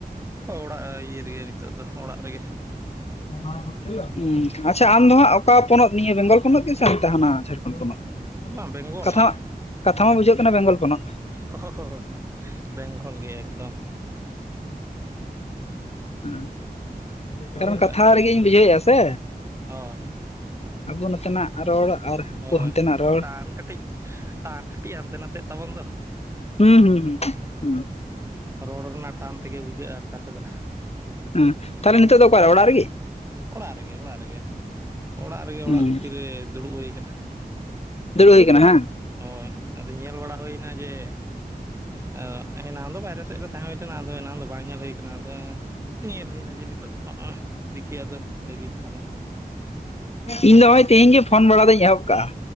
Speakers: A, on the right; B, on the left.
A: ᱦᱚᱭ ᱚᱲᱟᱜ ᱤᱭᱟᱹ ᱨᱮᱜᱮ ᱱᱤᱛᱚᱜ ᱫᱚ ᱚᱲᱟᱜ ᱨᱮᱜᱮ ᱾
B: <unintelligible> ᱟᱪᱪᱷᱟ ᱟᱢ ᱫᱚ ᱦᱟᱸᱜ ᱚᱠᱟ ᱯᱚᱱᱚᱛ ᱱᱤᱭᱟᱹ ᱵᱮᱝᱜᱚᱞ ᱯᱚᱱᱚᱛ ᱜᱮ ᱥᱮᱢ ᱚᱱᱛᱮ ᱦᱟᱱᱟ ᱡᱷᱟᱲᱠᱷᱚᱱᱰ ᱯᱚᱱᱚᱛ?
A: ᱵᱟᱝ ᱵᱮᱝᱜᱚᱞ
B: ᱠᱟᱛᱷᱟ ᱢᱟ ᱠᱟᱛᱷᱟ ᱢᱟ ᱵᱩᱡᱷᱟᱹᱜ ᱠᱟᱱᱟ ᱵᱮᱝᱜᱚᱞ ᱯᱚᱱᱚᱛ
A: ᱦᱚᱦᱚᱭ ᱵᱮᱝᱜᱚᱞ ᱜᱮ ᱮᱠᱫᱚᱢ ᱾
B: ᱦᱩᱸ
A: ᱯᱩᱨᱟᱹᱴᱟᱜ
B: ᱠᱟᱨᱚᱱ ᱠᱟᱛᱷᱟ
A: ᱜᱮ
B: ᱨᱮᱜᱮᱧ ᱵᱩᱡᱷᱟᱹᱣ ᱮᱫᱼᱟ ᱥᱮ
A: ᱦᱳᱭ
B: ᱟᱵᱚ ᱱᱚᱛᱮᱱᱟᱜ ᱨᱚᱲ
A: ᱟᱫᱚ
B: ᱟᱨ ᱩᱱᱠᱩ
A: ᱦᱳᱭ
B: ᱦᱟᱱᱛᱮᱱᱟᱜ ᱨᱚᱲ
A: ᱴᱟᱱ ᱠᱟᱹᱴᱤᱡ ᱴᱟᱱ ᱠᱟᱹᱴᱤᱡ ᱦᱟᱱᱛᱮ ᱱᱟᱛᱮᱜ ᱛᱟᱵᱚᱱ ᱫᱚ
B: ᱦᱩᱸ ᱦᱩᱸ ᱦᱩᱸ ᱦᱩᱸ
A: ᱨᱚᱲ ᱨᱮᱱᱟᱜ ᱴᱟᱱ ᱛᱮᱜᱮ ᱵᱩᱡᱷᱟᱹᱜᱼᱟ ᱚᱠᱟᱥᱮᱫᱟᱜ
B: ᱦᱮᱸ ᱛᱟᱦᱞᱮ ᱱᱤᱛᱚᱜ ᱫᱚ ᱚᱠᱟ ᱨᱮ ᱚᱲᱟᱜ ᱨᱮᱜᱮ?
A: ᱚᱲᱟᱜ ᱨᱮᱜᱮ ᱚᱲᱟᱜ ᱨᱮᱜᱮ ᱚᱲᱟᱜ
B: ᱦᱩᱸ
A: ᱵᱷᱤᱛᱤᱨ ᱨᱮ ᱫᱩᱲᱩᱵ ᱦᱩᱭ ᱠᱟᱱᱟ <unintelligible>
B: ᱫᱩᱲᱩᱵ
A: ᱟᱫᱚ
B: ᱦᱩᱭ ᱠᱟᱱᱟ ᱦᱟᱝ
A: ᱦᱚᱭ ᱟᱫᱚ ᱧᱮᱞ ᱵᱟᱲᱟ ᱦᱩᱭᱱᱟ ᱡᱮ ᱚ ᱮᱱᱟᱝ ᱫᱚ ᱵᱟᱭᱨᱮ ᱥᱮᱫ ᱨᱮ ᱛᱟᱦᱮᱸ ᱦᱩᱭ ᱞᱮᱱᱟ ᱟᱫᱚ ᱮᱱᱟᱝ ᱫᱚ ᱵᱟᱝ ᱧᱮᱞ ᱦᱩᱭ ᱠᱟᱱᱟ ᱟᱫᱚ ᱧᱮᱞ ᱦᱩᱭ ᱮᱱᱟ ᱡᱮ ᱱᱤᱛᱚᱜ ᱫᱮᱠᱷᱮ ᱟᱫᱚ ᱞᱟᱹᱭᱫᱟᱹᱧ ᱛᱟᱦᱚᱞᱮ
B: ᱤᱧ ᱫᱚ ᱱᱚᱜᱼᱚᱭ ᱛᱮᱦᱮᱧ ᱜᱮ ᱯᱷᱳᱱ ᱵᱟᱲᱟ ᱫᱚᱧ ᱮᱦᱚᱵ ᱠᱟᱜᱼᱟ